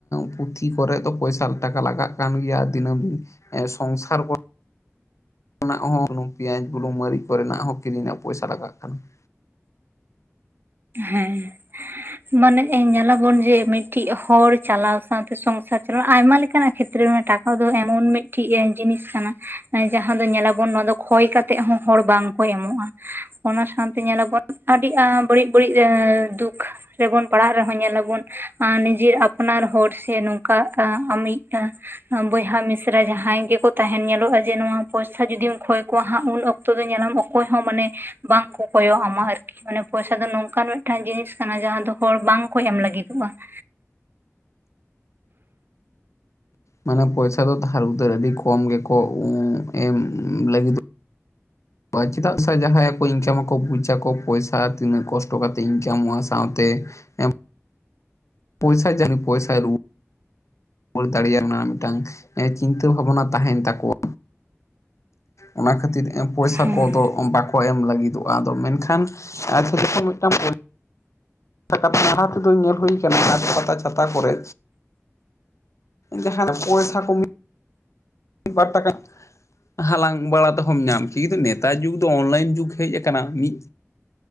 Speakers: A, on the left (about 75°); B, on the right (about 45°).
A: ᱯᱩᱛᱷᱤ ᱠᱚᱨᱮ ᱫᱚ ᱯᱚᱭᱥᱟ ᱴᱟᱠᱟ ᱞᱟᱜᱟᱜ ᱠᱟᱱ ᱜᱮᱭᱟ ᱫᱤᱱᱳᱢ ᱥᱚᱝᱥᱟᱨ ᱠᱷᱚᱱᱟᱜ ᱦᱚᱸ ᱥᱩᱱᱩᱢ ᱯᱮᱸᱭᱟᱡᱽ ᱵᱩᱞᱩᱝ ᱢᱟᱹᱨᱤᱪ ᱠᱚᱨᱮᱱᱟᱜ ᱦᱚᱸ ᱠᱤᱨᱤᱧᱟᱜ ᱯᱚᱭᱥᱟ ᱞᱟᱜᱟᱜ ᱠᱟᱱᱟ ᱾
B: ᱦᱮᱸ᱾ ᱢᱟᱱᱮ ᱧᱮᱞᱟᱵᱚᱱ ᱡᱮ ᱢᱤᱫᱴᱤᱡ ᱦᱚᱲ ᱪᱟᱞᱟᱣ ᱥᱟᱶᱛᱮ ᱥᱚᱝᱥᱟᱨ ᱪᱟᱞᱟᱣ ᱟᱭᱢᱟ ᱞᱮᱠᱟᱱᱟᱜ ᱠᱷᱮᱛᱨᱮ ᱨᱮ ᱢᱟᱱᱮ ᱴᱟᱠᱟ ᱫᱚ ᱮᱢᱚᱱ ᱢᱤᱫᱴᱮᱡ ᱡᱤᱱᱤᱥ ᱠᱟᱱᱟ ᱡᱟᱦᱟᱸ ᱫᱚ ᱧᱮᱞᱟᱵᱚᱱ ᱱᱚᱣᱟ ᱫᱚ ᱠᱷᱚᱭ ᱠᱟᱛᱮᱜ ᱦᱚᱸ ᱦᱚᱲ ᱵᱟᱝᱠᱚ ᱮᱢᱚᱜ-ᱟ ᱾ ᱚᱱᱟ ᱥᱟᱶᱛᱮ ᱧᱮᱞᱟᱵᱚᱱ ᱟᱹᱰᱤ ᱟ ᱵᱟᱹᱲᱤᱡ ᱵᱟᱹᱲᱤᱡ ᱮ ᱫᱩᱠ ᱨᱮᱵᱚᱱ ᱯᱟᱲᱦᱟᱜ ᱨᱮᱦᱚᱸ ᱧᱮᱞᱟᱵᱚᱱ ᱟ ᱱᱤᱡᱮᱨ ᱟᱯᱱᱟᱨ ᱦᱚᱲ ᱥᱮ ᱱᱚᱝᱠᱟ ᱟᱢᱤᱡ ᱟ ᱵᱚᱭᱦᱟ ᱢᱤᱥᱨᱟ ᱡᱟᱦᱟᱸᱭ ᱜᱮᱠᱚ ᱛᱟᱦᱮᱸᱱ ᱧᱮᱞᱚᱜ-ᱟ ᱡᱮ ᱱᱚᱣᱟ ᱯᱚᱭᱥᱟ ᱡᱩᱚᱫᱤᱢ ᱠᱷᱚᱭ ᱠᱚᱣᱟ ᱦᱟᱸᱜ ᱩᱱ ᱚᱠ ᱛᱚ ᱫᱚ ᱧᱮᱞᱟᱢ ᱚᱠᱚᱭ ᱦᱚᱸ ᱢᱟᱱᱮ, ᱵᱟᱝ ᱠᱚ ᱠᱚᱭᱚᱜ ᱟᱢᱟ ᱢᱟᱱᱮ ᱟᱹᱨᱠᱤ ᱯᱚᱭᱥᱟ ᱫᱚ ᱱᱚᱝᱠᱟᱱ ᱢᱤᱫᱴᱟᱝ ᱡᱤᱱᱤᱥ ᱠᱟᱱᱟ ᱡᱟᱦᱟᱸ ᱫᱚ ᱦᱚᱲ ᱵᱟᱝᱠᱚ ᱮᱢ ᱞᱟᱹᱜᱤᱫᱚᱜ-ᱟ ᱾
A: ᱢᱟᱱᱮ ᱯᱚᱭᱥᱟ ᱫᱚ ᱫᱷᱟᱨ ᱩᱫᱷᱟᱹᱨ ᱟᱹᱰᱤ ᱠᱚᱢ ᱜᱮᱠᱚ ᱮᱢ ᱞᱟᱹᱜᱤᱫ <inaudible> ᱪᱮᱫᱟᱜ ᱥᱮ ᱡᱟᱦᱟᱸᱭ ᱠᱚ ᱤᱱᱠᱟᱢᱟᱠᱚ ᱵᱩᱡᱟᱠᱚ ᱯᱚᱭᱥᱟ ᱛᱤᱱᱟᱹᱜ ᱠᱚᱥᱴᱚ ᱠᱟᱛᱮ ᱤᱱᱠᱟᱢᱚᱜ-ᱟ ᱥᱟᱶᱛᱮ ᱮᱢ, ᱯᱚᱭᱥᱟ ᱡᱟᱹᱱᱤᱡ ᱯᱚᱭᱥᱟ ᱨᱩ ᱨᱩᱣᱟᱹᱲ ᱫᱟᱲᱮᱭᱟᱜ ᱚᱱᱟ ᱢᱤᱫᱴᱟᱝ ᱪᱤᱱᱛᱟᱹ ᱵᱷᱟᱵᱱᱟ ᱛᱟᱦᱮᱸᱱ ᱛᱟᱠᱚᱣᱟ ᱚᱱᱟ ᱠᱷᱟᱹᱛᱤᱨ ᱮᱢ ᱯᱚᱭᱥᱟ
B: ᱦᱮᱸ
A: ᱠᱚᱫᱚ ᱵᱟᱠᱚ ᱞᱟᱹᱜᱤᱫᱚᱜ-ᱟ, ᱟᱫᱚ ᱢᱮᱱᱠᱷᱟᱱ ᱟᱪᱪᱟ ᱡᱚᱠᱷᱚᱱ ᱢᱤᱫᱴᱟᱝ ᱯᱚᱭ ᱥᱟ ᱠᱟᱛᱷᱟ ᱡᱟᱦᱟᱸ ᱛᱮᱫᱚ ᱧᱮᱞ ᱦᱩᱭ ᱟᱠᱟᱱᱟ ᱦᱟᱴ ᱯᱟᱛᱟ ᱪᱷᱟᱛᱟ ᱠᱚᱨᱮ ᱡᱟᱦᱟ ᱨᱮ ᱯᱚᱭᱥᱟ ᱠᱚ ᱢᱤᱫ ᱵᱟᱴ ᱴᱟᱠᱟ ᱦᱟᱞᱟᱝ ᱵᱟᱲᱟ ᱛᱮᱦᱚᱢ ᱧᱟᱢᱟ, ᱠᱤᱱᱛᱩ ᱱᱮᱛᱟᱨ ᱡᱩᱜᱽ ᱫᱚ ᱚᱱᱞᱟᱭᱤᱱ ᱡᱩᱜᱽ ᱦᱮᱸᱡ ᱟᱠᱟᱱᱟ ᱢᱤᱫ